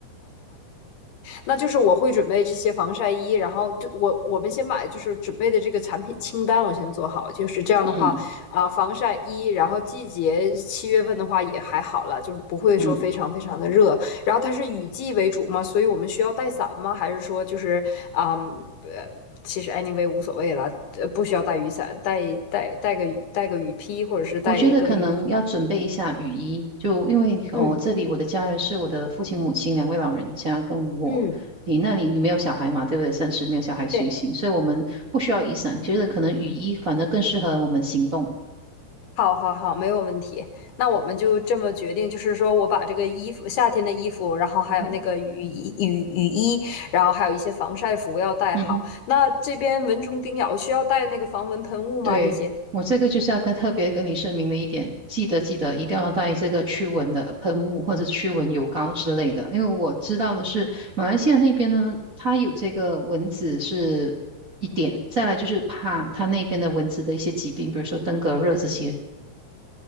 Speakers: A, on the left; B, on the right.
A: 那就是我会准备这些防晒衣，然后就我我们先把就是准备的这个产品清单我先做好，就是这样的话啊、
B: 嗯
A: 呃防晒衣，然后季节七月份的话也还好了，就是不会说非常非常的热，
B: 嗯，
A: 然后它是雨季为主嘛，所以我们需要带伞吗？还是说就是啊呃，其实 anyway 无所谓了，呃，不需要带雨伞，带带带个雨带个雨披或者是带一个雨衣。
B: 我觉得可能要准备一下雨衣，就因为呃我这里我的家人是我的父亲、
A: 嗯
B: 母亲两位老人家跟我。
A: 嗯，
B: 你那里你没有小孩嘛，对不对？暂时没有小孩随行，
A: 对。
B: 所以我们不需要雨伞，觉得可能雨衣反而更适合我们行动。
A: 好，好，好，没有问题。那我们就这么决定，就是说我把这个衣服，夏天的衣服，然后还有那个雨衣、
B: 嗯哼，
A: 雨雨衣，然后还有一些防晒服要带好。
B: 嗯哼。
A: 那这边蚊虫叮咬需要带那个防蚊喷雾吗？
B: 对，
A: 这些？
B: 我这个就是要跟特别跟你声明的一点，记得记得一定要带这个驱蚊的喷雾或者驱蚊油膏之类的，因为我知道的是马来西亚那边呢，它有这个蚊子是一点，再来就是怕它那边的蚊子的一些疾病，比如说登革热这些。